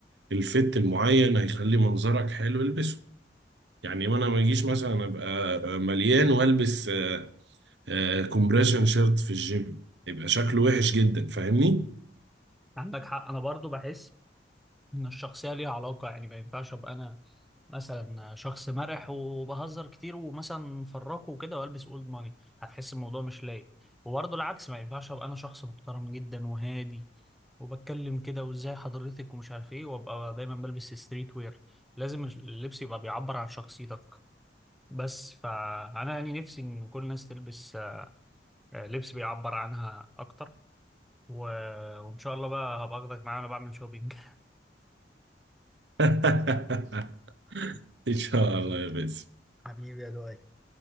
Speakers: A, on the right (about 70°); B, in the centre.
A: الفت المعين هيخلي منظرك حلو البسه يعني ما انا ما اجيش مثلا ابقى مليان والبس آه، آه، كومبريشن شيرت في الجيم يبقى شكله وحش جدا فاهمني
B: عندك حق انا برضو بحس ان الشخصيه ليها علاقه يعني ما ينفعش ابقى انا مثلا شخص مرح وبهزر كتير ومثلا فراكه وكده والبس اولد ماني هتحس الموضوع مش لايق وبرضه العكس ما ينفعش ابقى انا شخص محترم جدا وهادي وبتكلم كده وازاي حضرتك ومش عارف ايه وابقى دايما بلبس ستريت وير لازم اللبس يبقى بيعبر عن شخصيتك بس فانا يعني نفسي ان كل الناس تلبس آه، لبس بيعبر عنها اكتر و... وان شاء الله بقى هبقى اخدك معايا وانا بعمل شوبينج
A: <laughs> ان شاء الله يا باسم
B: <laughs> حبيبي يا لؤي